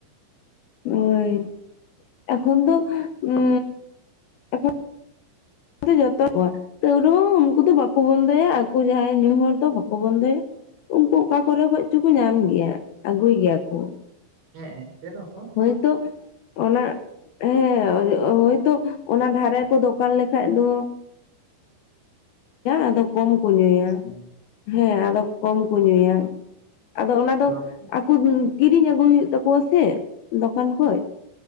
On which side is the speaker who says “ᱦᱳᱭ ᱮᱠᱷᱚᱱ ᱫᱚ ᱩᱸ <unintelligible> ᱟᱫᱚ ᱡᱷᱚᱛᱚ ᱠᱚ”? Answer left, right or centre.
Left